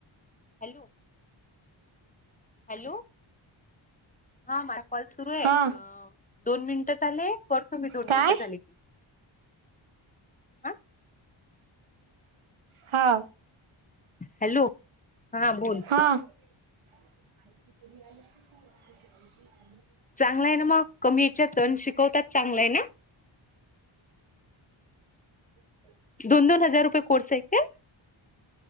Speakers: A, on the left; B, on the right.
A: हॅलो हॅलो हा माझ कॉल सुरू आहे
B: हा
A: दोन मिनिटं झाले करतो मी दोन
B: काय
A: मिनिटं झाली की हं
B: हा
A: हॅलो हा बोल
B: हा <unintelligible>
A: चांग आहे ना मग कमी याच्या शिकवतात चांगलं आहे ना
B: अ
A: दोन दोन हजार रुपये कोर्स आहे का